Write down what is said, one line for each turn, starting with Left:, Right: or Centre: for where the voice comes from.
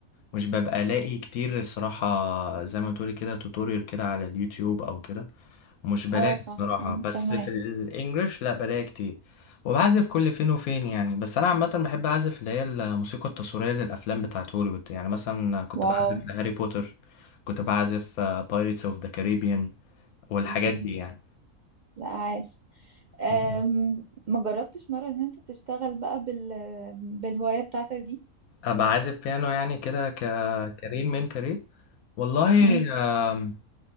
Left: مش ببقى الاقي كتير الصراحه زي ما تقولي كده توتوريال كده على اليوتيوب او كده مش بلاقي
Right: اه صح
Left: الصراحه
Right: امم
Left: بس
Right: فهماك
Left: في الانجلش لا بلاقي كتير وبعزف كل فين وفين يعني بس انا عامه بحب اعزف اللي هي الموسيقى التصويريه للافلام بتاعت هوليوود يعني مثلا كنت
Right: واو
Left: بعزف لهاري بوتر كنت بعزف بايرتس اوف ذا كاريبيان والحاجات
Right: امم
Left: دي يعني
Right: لا عاش أم...
Left: مم.
Right: ما جربتش مره ان انت تشتغل بقى بال... بالهوايه بتاعتك دي
Left: ابقى عازف بيانو يعني كده ك كارير من كارير والله
Right: امم
Left: آم،